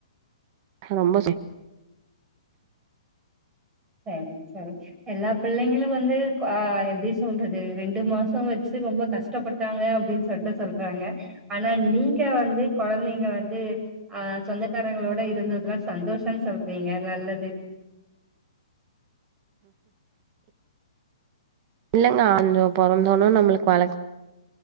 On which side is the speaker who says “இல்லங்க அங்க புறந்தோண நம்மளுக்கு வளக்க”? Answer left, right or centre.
Right